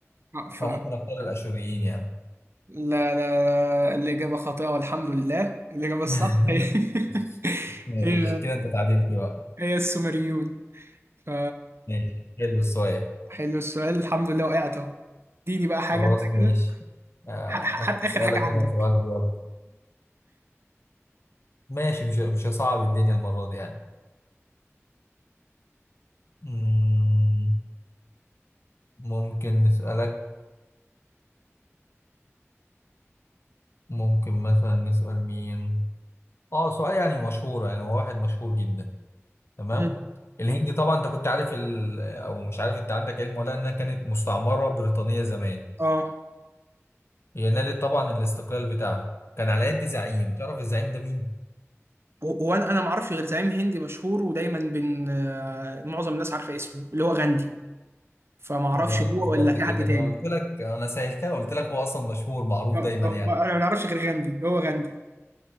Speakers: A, on the right (about 55°); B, on the left (about 60°).
A: آه، ف
B: فممكن اختار الاشوريين يعني
A: لا لا لا، الإجابة خاطئة والحمد لله الإجابة
B: <laughs>
A: الصح هي <laughs>
B: ماشي
A: هي,
B: كده انت تعادلت بقى
A: هي السومريون ف
B: ماشي حلو السؤال
A: حلو السؤال الحمد لله وقعت أهو دي دي بقى
B: خلاص
A: حاجة أنت كده
B: ماشي آه،
A: ح- ح- حتى آخر
B: اسالك
A: حاجة عندك
B: انا سؤال برضه ماشي مش مش هصعب الدنيا المرة دي يعني مم، ممكن نسالك ممكن مثلا نسال مين اه سؤال يعني مشهور يعني هو واحد مشهور جدا تمام
A: مم.
B: الهند طبعا انت كنت عارف ال... او مش عارف انت عندك علم ولا انها كانت مستعمره بريطانيه زمان
A: اه
B: هي نالت طبعا الاستقلال بتاعها كان على يد زعيم تعرف الزعيم ده مين
A: هو انا انا ما اعرفش غير زعيم هندي مشهور ودايما بين آه، معظم الناس عارفه اسمه اللي هو غاندي فما اعرفش
B: ما
A: هو
B: بالظبط
A: ولا في
B: كده
A: حد تاني
B: ما انا قلت لك انا سهلتها قلت لك هو اصلا مشهور معروف
A: آه،
B: دايما
A: آه،
B: يعني
A: آه، انا ما اعرفش غير غاندي هو غاندي